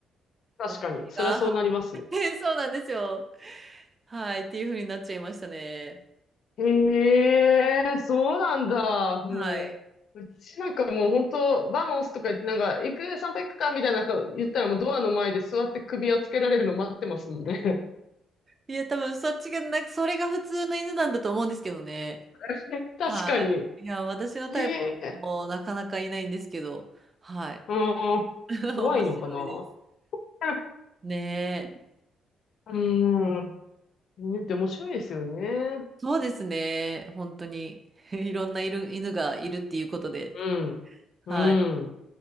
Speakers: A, on the left; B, on the right.
A: 確かに。
B: 私が、
A: そりゃそうなりますね。
B: はい <laughs> そうなんですよ。はい、っていう風になっちゃいましたね。
A: へえ、そうなんだ。もう、
B: はい。
A: うちなんかもう本当、バモスとか言って、なんか、行く、散歩行くかみたいなこと言ったらもうドアの前で座って首をつけられるの待ってますもんね。
B: いや、多分そっちが、なんか、それが普通の犬なんだと思うんですけどね。
A: <laughs> 確かに。
B: はい。いや、私のタイプもなかなかいないんですけど、
A: へえ、
B: はい。
A: うん、
B: <laughs>
A: 怖いのかな。
B: 面白いです。
A: <laughs>
B: ねえ。
A: うん、犬って面白いですよね。
B: そうですね。本当に。<laughs> いろんないる犬がいるっていうことで。
A: うん、
B: はい。
A: うん。